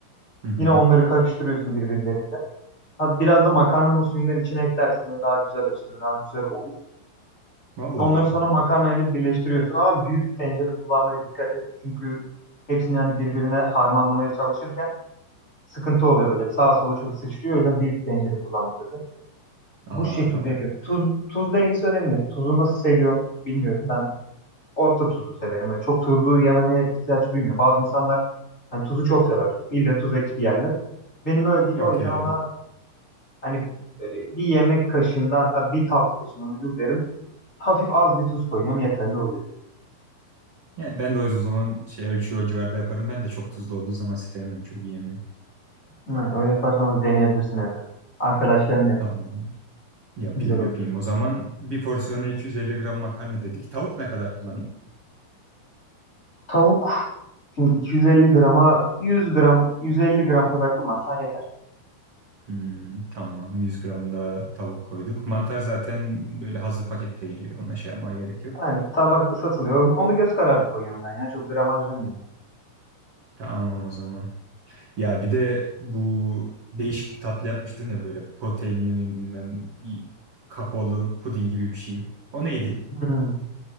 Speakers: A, on the right (about 45°); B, on the left (about 15°).
A: <laughs> Hı hı.
B: Yine onları karıştırıyorsun birbirleriyle. Ha, biraz da makarnanın suyundan içine eklersin de daha güzel açılır, daha güzel olur.
A: Allah
B: Onları
A: Allah.
B: sonra makarnayla birleştiriyorsun ama büyük bir tencere kullanmaya dikkat et. Çünkü hepsini yani birbirine harmanlamaya çalışırken sıkıntı oluyor böyle. Sağa sola çok sıçrıyor. O yüzden büyük bir tencere kullanmak lazım.
A: Aa
B: Bu şekilde
A: tamam.
B: yapıyorum. Tuz, tuz dengesi önemli. Tuzu nasıl seviyorum bilmiyorum. Ben Orta tuzlu severim. Böyle çok tuzlu yemeye ihtiyaç duymuyorum. Bazı insanlar hani tuzu çok sever. İlle tuz ekip yerler. Benim öyle değil.
A: Yok
B: O yüzden
A: ya.
B: ona hani böyle bir yemek kaşığından, ha, bir tatlı kaşığından özür dilerim. Hafif az bir tuz koyuyorum. Yeterli oluyor.
A: Yani ben de o yüzden o zaman şey ölçüyü o civarda yaparım. Ben de çok tuzlu olduğu zaman sevmiyorum. Çok yiyemiyorum.
B: Hı, öyle yaparsanız deneyebilirsin evde de. Arkadaşlarınla yap.
A: Tamam. Yapayım
B: Güzel olur.
A: yapayım. O zaman bir porsiyona 250 gram makarna dedik. Tavuk ne kadar kullanayım?
B: Tavuk şimdi 250 grama 100 gram 150 gram kadar kullansan yeter.
A: Hmm, tamam. 100 gram da tavuk koyduk. Mantar zaten böyle hazır pakette geliyor. Ona şey yapmaya gerek yok.
B: Yani tabakta satılıyor. Onu göz kararı koyuyorum ben ya. Çok gramajlamıyorum ben.
A: Tamam o zaman. Ya bir de bu değişik bir tatlı yapmıştın ya böyle proteinli mi bilmem bir kakaolu puding gibi bir şey. O neydi?
B: Hmm.